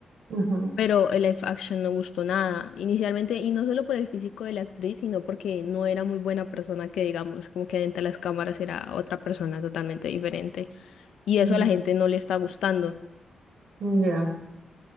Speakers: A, on the right (about 75°); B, on the left (about 80°).
A: Ujú.
B: pero el live action no gustó nada inicialmente, y no solo por el físico de la actriz, sino porque no era muy buena persona, que digamos, como que dentro de las cámaras era otra persona totalmente diferente, y eso
A: Mm.
B: a la gente no le está gustando.
A: Ya.